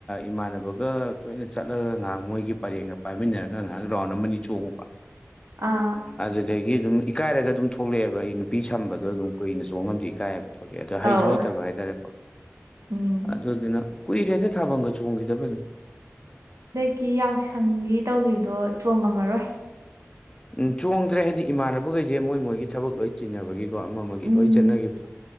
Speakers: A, on the left; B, on the right.
A: ꯏꯃꯥꯟꯅꯕꯒ ꯇꯣꯏꯅ ꯆꯠꯂꯒ ꯉꯍꯥꯛ ꯃꯣꯏꯒꯤ ꯄꯔꯦꯡꯒ ꯄꯥꯏꯃꯤꯟꯅꯔꯒ ꯉꯥꯏꯍꯥꯛ ꯔꯥꯎꯟ ꯑꯃꯅꯤꯅꯤ ꯆꯣꯡꯉꯨꯕ
B: ꯑꯥ
A: ꯑꯗꯨꯗꯒꯤ ꯑꯗꯨꯝ ꯏꯀꯥꯏꯔꯒ ꯑꯗꯨꯝ ꯊꯣꯛꯂꯛꯑꯦꯕ ꯑꯩ ꯅꯨꯄꯤ ꯁꯝꯕꯗꯣ ꯑꯗꯨꯝ ꯀꯨꯏꯅ ꯆꯣꯡꯉꯝꯁꯨ ꯏꯀꯥꯏꯑꯕ ꯊ ꯑꯗꯣ ꯍꯩꯁꯨ
B: ꯑꯧ
A: ꯍꯩꯇꯕ ꯍꯥꯏꯇꯥꯔꯦꯀꯣ
B: ꯎꯝ
A: ꯑꯗꯨꯗꯨꯅ ꯀꯨꯏꯔꯦ ꯍꯦꯛꯇ ꯊꯥꯕꯒ ꯆꯣꯡꯈꯤꯗꯕ ꯑꯗꯨꯝ
B: ꯀꯤ ꯌꯥꯎꯁꯪꯒꯤ ꯇꯧꯈꯤꯕꯗꯣ ꯆꯣꯡꯉꯝꯃꯔꯣꯏ
A: ꯎꯝ ꯆꯣꯡꯗ꯭ꯔꯦ ꯍꯥꯏꯗꯤ ꯏꯃꯥꯟꯅꯕꯈꯩꯁꯦ ꯃꯣꯏ ꯃꯣꯏꯒꯤ ꯊꯕꯛ ꯂꯣꯏ ꯆꯤꯟꯅꯕꯒꯤꯀꯣ ꯑꯃ ꯑꯃꯒꯤ
B: ꯎꯝ
A: ꯂꯣꯏ ꯆꯠꯅꯈꯤꯕꯗꯣ